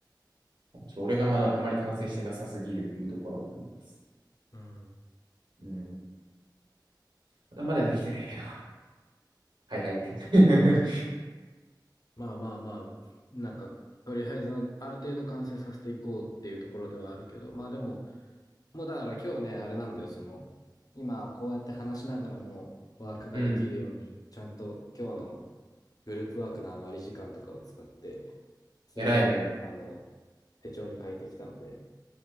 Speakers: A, on the right; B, on the left.
A: ちょっと俺がまだあまり完成してなさすぎるっていうところもあります。
B: うん。
A: うん。頭ではできてるんやけど。はいはいって感じ。
B: まあまあまあ、なんか、とりあえずある程度完成させていこうっていうところではあるけど、まあでも、もうだから今日ね、あれなんだよ、その、今こうやって話しながらもワークができるように、
A: <laughs> うん。
B: ちゃんと今日のグループワークの余り時間とかを使って、すべて、
A: 偉いね。
B: あの、手帳に書いてきたので、